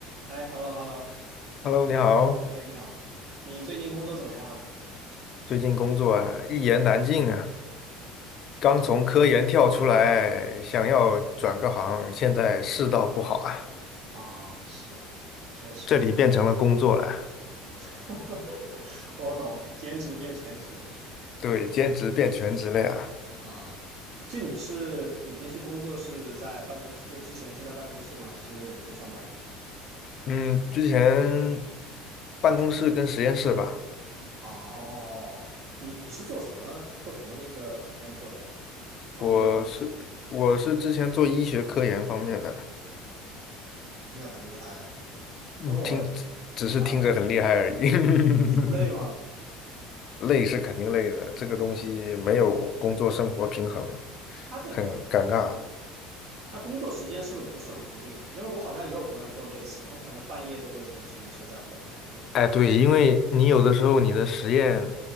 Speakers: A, on the right (about 70°); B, on the left (about 45°).
A: 哎，hello hello，
B: Hello，你好，
A: 哎，你好，你最近工作怎么样啊？
B: 最近工作啊，一言难尽啊，刚从科研跳出来，想要转个行，现在世道不好啊，
A: 啊，是，确实，
B: 这里变成了工作了，
A: 因为 <laughs> 我懂，兼职变全职
B: 对，兼职变全职了呀。
A: 啊。就你是，你平时工作是在办公室，就之前是在办公室吗？还是远程上班？
B: 嗯，之前办公室跟实验室吧，
A: 哦，你你是做什么做什么那个工作的呀？方便问吗？
B: 我是我是之前做医学科研方面的，
A: 听着很厉害。
B: 嗯，
A: 然后我
B: 听只是听着很厉害而已，
A: 啊，
B: <laughs>
A: 累吗？
B: 累是肯定累的，这个东西没有工作生活平衡，
A: 他那个，
B: 很尴尬。
A: 嗯。那工作时间是不是不是很固定啊？因为我好像也有朋友做类似的，他们可能半夜都会从实验室再回来那种，就不
B: 哎，对，因为你有的时候你的实验，